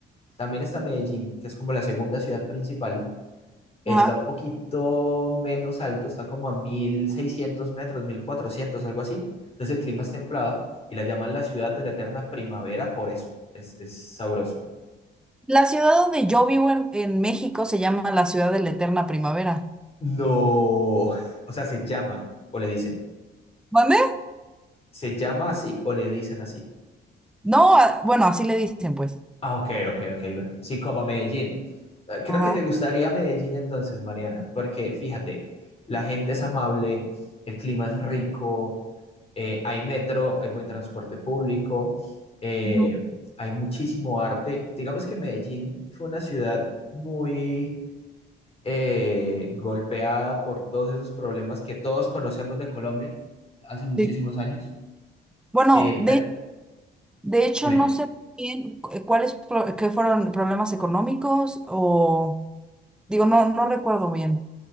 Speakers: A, on the left; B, in the centre.
A: también está Medellín, que es como la segunda ciudad principal. Está
B: Ajá.
A: un poquito menos alto, está como a 1600 metros, 1400, algo así. Entonces el clima es templado y la llaman la ciudad de la eterna primavera por eso. Es, es sabroso.
B: La ciudad donde yo vivo en, en México se llama la ciudad de la eterna primavera.
A: No, o sea, se llama o le dicen.
B: ¿Mande?
A: ¿Se llama así o le dicen así?
B: No, a- bueno, así le dicen, pues.
A: Ah, ok, ok, ok, bueno. Sí, como Medellín. Eh, Creo
B: Ajá.
A: que te gustaría Medellín entonces, Mariana, porque fíjate, la gente es amable, el clima es rico, eh, hay metro, hay buen transporte público, eh,
B: Ujú.
A: hay muchísimo arte. Digamos que Medellín fue una ciudad muy eh, golpeada por todos esos problemas que todos conocemos de Colombia hace muchísimos
B: Sí.
A: años.
B: Bueno,
A: Eh,
B: de,
A: pe-
B: de hecho,
A: dime.
B: no sé bien cu- eh, cuáles pro- qué fueron problemas económicos o digo, no, no recuerdo bien.